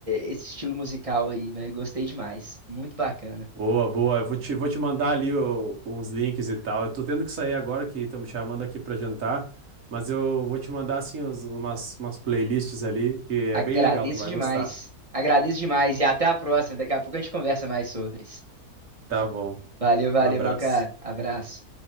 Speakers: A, on the right (about 25°); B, on the right (about 60°).
A: esse estilo musical aí, velho. Gostei demais. Muito bacana.
B: Boa, boa. Eu vou te, vou te mandar ali o- uns links e tal. Eu tô tendo que sair agora que estão me chamando aqui pra jantar, mas eu vou te mandar, assim, uns- umas, umas playlists ali que é
A: Agradeço
B: bem legal, tu vai
A: demais.
B: gostar.
A: Agradeço demais e até a próxima. Daqui a pouco a gente conversa mais sobre isso.
B: Tá bom.
A: Valeu, valeu,
B: Um abraço.
A: meu caro. Abraço.